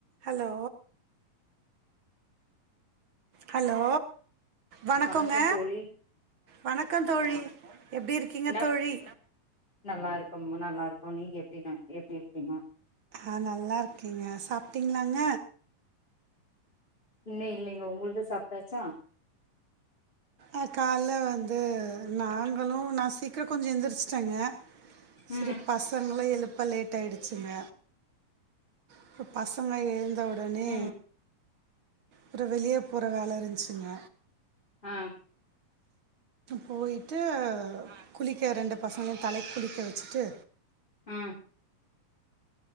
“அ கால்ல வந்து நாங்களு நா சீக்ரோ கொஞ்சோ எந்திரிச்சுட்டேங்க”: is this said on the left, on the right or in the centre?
Right